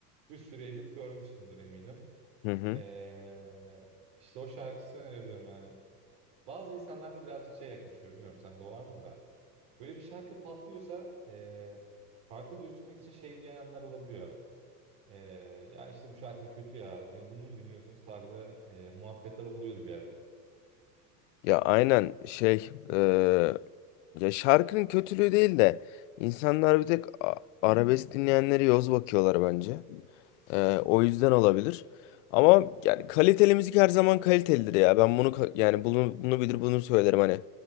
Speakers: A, on the right; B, on the left.
A: bir sürü edit görmüşsündür eminim.
B: Hı hı.
A: Ee, işte o şarkısını önerebilirim yani. Bazı insanlarda birazcık şey yaklaşıyor. Bilmiyorum sende o var mı da. Böyle bir şarkı patlıyorsa e, farklı gözükmek için şey diyenler olabiliyor. E, ya işte bu şarkı kötü ya. din- Bunu mu dinliyorsunuz tarzı e, muhabbetler oluyordu bir ara.
B: Ya aynen şey eee, ya şarkının kötülüğü değil de insanlar bir tek a- arabesk dinleyenleri yoz bakıyorlar bence. Ee, o yüzden olabilir. Ama yani kaliteli müzik her zaman kalitelidir ya. Ben bunu ka- yani bunu bunu bilir bunu söylerim hani.